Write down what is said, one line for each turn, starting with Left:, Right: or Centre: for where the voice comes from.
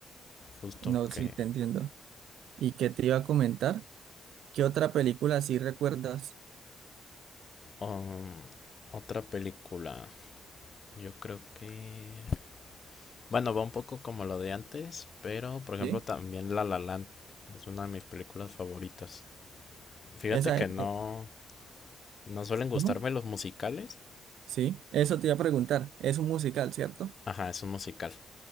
Left: Justo
Right: No,
Left: que...
Right: sí, te entiendo. ¿Y qué te iba a comentar? ¿Qué otra película sí recuerdas?
Left: um, otra película, yo creo que... Bueno, va un poco como lo de antes, pero por ejemplo
Right: ¿Sí?
Left: también La La Land es una de mis películas favoritas. Fíjate
Right: Esa,
Left: que
Right: eh,
Left: no,
Right: eh,
Left: no suelen gustarme
Right: ¿cómo?
Left: los musicales
Right: Sí, eso te iba a preguntar. Es un musical, ¿cierto?
Left: Ajá, es un musical.